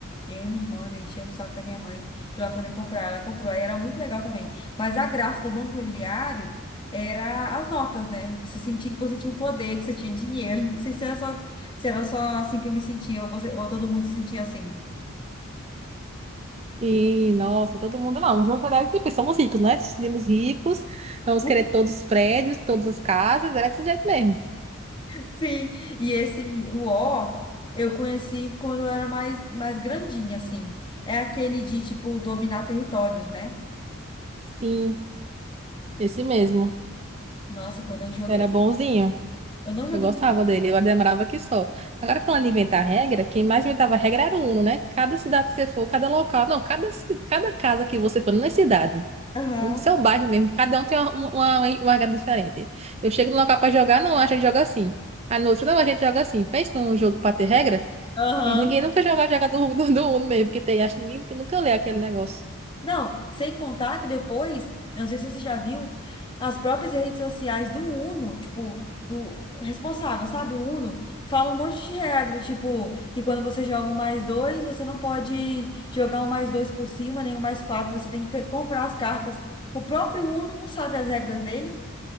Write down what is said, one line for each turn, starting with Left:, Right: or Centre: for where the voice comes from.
Left: eu e minha irmã, né, enchemos o saco da minha mãe para ela poder comprar. Ela comprou, aí era muito legal também. Mas a graça do Banco Imobiliário era as notas, né? Você sentia que você tinha um poder, que você tinha dinheiro. Não sei se era só, se era só assim que eu me sentia, ou, você- ou todo mundo se sentia assim.
Right: E, nossa, todo mundo, não, vamos pagar, depois somos ricos, né? Seremos ricos, vamos
Left: <laughs>
Right: querer todos os prédios, todas as casas, era desse jeito mesmo.
Left: Sim, e esse o O eu conheci quando eu era mais, mais grandinha, assim. É aquele de, tipo, dominar territórios, né?
Right: Sim, esse mesmo,
Left: Nossa, e quando eu joguei.
Right: era bonzinho,
Left: Eu não joguei.
Right: eu gostava dele, eu demorava aqui só. Agora, quando ele inventar regra, quem mais inventava regra era o Uno, né? Cada cidade que você for, cada local, não, cada, ci- cada casa que você for, não é cidade,
Left: Aham.
Right: o seu bairro mesmo, cada um tem uma, uma, uma regra diferente. Eu chego no local para jogar, não, a gente joga assim. Aí no outro, não, a gente joga assim. Fez um jogo para ter regra?
Left: Aham.
Right: E ninguém nunca já vai jogar do, do, do Uno mesmo, porque tem, acho que ninguém nunca lê aquele negócio.
Left: Não, sem contar que depois, eu não sei se você já viu, as próprias redes sociais do Uno, tipo, do responsável, sabe? O Uno fala um monte de regra, tipo, que quando você joga um mais dois, você não pode jogar um mais dois por cima, nem um mais quatro, você tem que pe- comprar as cartas. O próprio Uno não sabe as regras dele.